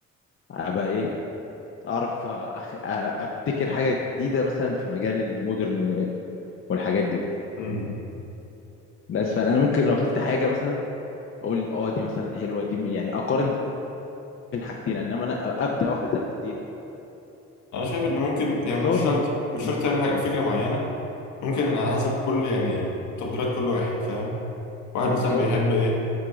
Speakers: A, on the left; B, on the left.
A: أبقى إيه أعرف أخ... أ- أبتكر حاجة جديدة مثلا في مجال المودرن والحاجات دي
B: امم
A: بس فأنا ممكن لو شفت حاجة مثلا أقول أه دي مثلا حلوة دي م- يعني أقارن بين حاجتين إنما أنا أ- أبدأ واحدة تالتة دي لا
B: انا شايف ان ممكن يعني
A: بس
B: مش
A: هو من
B: شرط مش
A: من
B: شرط تعمل حاجة فكرة معينة ممكن على حسب كل يعني تفضيلات كل واحد فاهم واحد
A: <laughs>
B: مثلا
A: بالظبط
B: بيحب ايه